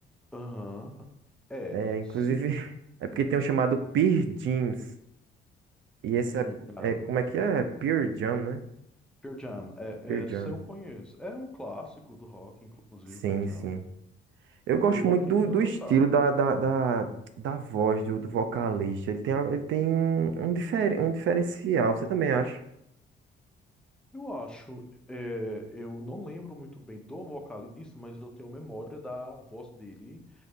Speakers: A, in the centre; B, on the right (about 75°).
A: Aham. É,
B: É, inclusive,
A: se.
B: <laughs> é porque tem um chamado Pearl Jeans. E esse
A: hum,
B: é,
A: ah,
B: é. Como é
A: entendi.
B: que é? É Pearl Jam, né?
A: Pearl Jam, é,
B: Pearl
A: essa
B: Jam.
A: eu conheço. É um clássico do rock, inclusive,
B: Sim,
A: Pearl Jam.
B: sim. Eu gosto
A: Eu
B: muito
A: aprendi
B: do, do
A: a tocar.
B: estilo da, da, da, da voz do, do vocalista. Ele tem, a- ele tem um, um, diferen- um diferencial. Você também acha?
A: Eu acho, é, eu não lembro muito bem do vocalista, mas eu tenho memória da voz dele